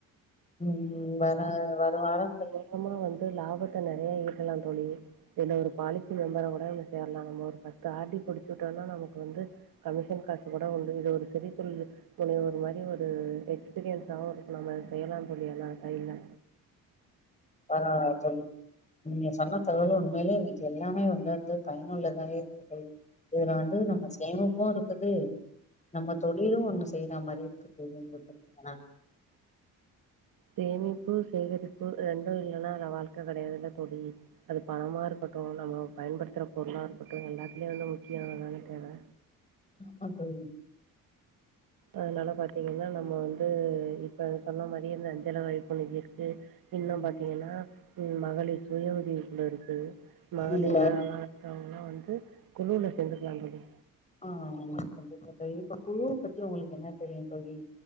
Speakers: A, on the left; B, on the right.
A: ம் ம் வர வர வாரம்தேரியு
B: சும்மா வந்து லாபத்த நெறைய ஈட்டலாம் தோழி இல்ல ஒரு பாலிசி மெம்பரா கூட சேர்லாம் நம்ம ஒரு பத்து ஆர் டி புடிச்சு விட்டோம்னா நமக்கு வந்து கமிஷன் காசு கூட உண்டு இது ஒரு சுய தொழில் போனே ஒரு மாரி ஒரு எக்ஸ்பீரியன்ஸாவு இருக்கலாம் நம்ம செய்யலாம் தோழி எல்லா கைல
A: அ சொல் நீங்க சொன்ன தகவல் உண்மையிலே இன்னிக்கு எல்லாமே இங்க வந்து பயனுள்ளதாவே இருக்கு இதுல வந்து நம்ம சேமிப்பு இருக் க்குது நம்ம தொழிலு ஒண்ணு செய்யற மாரி இருக்குது <unintelligible>
B: சேமிப்பு சேகரிப்பு ரெண்டு இல்லன்னா அந்த வாழ்க்க கெடையாதுல்ல தோழி அது பணமா இருக்கட்டு நம்ம பயன்படுத்துற பொருளா இருக்கட்டு எல்லாத்துலேயே வந்து முக்கியமா அதான தேவ
A: ஆமா தோழி
B: அதனால பாத்தீங்கன்னா நம்ம வந்து இப்ப சொன்ன மாரியே இந்த அஞ்சல வைப்பு நிதி இருக்கு இன்னு
A: ம்
B: பாத்தீங்கன்னா மகளிர் சுய உதவிக்குழு இருக்கு மகளிரா
A: ம்
B: இருக்கவங்க எல்லா வந்து குழுவில சேந்துக்கலா தோழி
A: அ கண்டிப்பா தோழி இப்ப குழுவ பத்தி உங்களுக்கு என்ன தெரியு தோழி